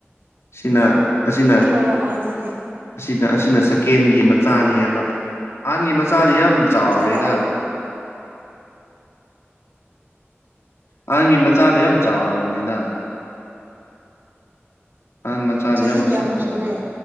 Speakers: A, on the left; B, on the right.
A: ꯁꯤꯅ ꯑꯁꯤꯅ
B: ꯊꯥꯔꯛꯑꯣ ꯑꯗꯨꯗꯤ
A: ꯑꯁꯤꯅ ꯑꯁꯤꯅ ꯁꯀꯦꯟꯒꯤ ꯃꯆꯥꯅꯦꯕ ꯑꯍꯟꯒꯤ ꯃꯆꯥꯗꯤ ꯌꯥꯝ
B: ꯑꯗꯨꯗꯤ
A: ꯆꯥꯎꯔꯦꯗ
B: ꯊꯥꯔꯛꯑꯣ
A: ꯑꯍꯥꯟꯒꯤ ꯃꯆꯥꯗꯣ ꯌꯥꯝ ꯆꯥꯎꯔꯕꯅꯤꯅ ꯑꯥꯟ ꯃꯆꯥꯗ
B: ꯆꯍꯤ
A: ꯌꯥꯝ
B: ꯀꯌꯥꯃꯨꯛ
A: ꯃꯁꯠ ꯐꯖꯥꯕꯅꯤ
B: ꯁꯨꯔꯦ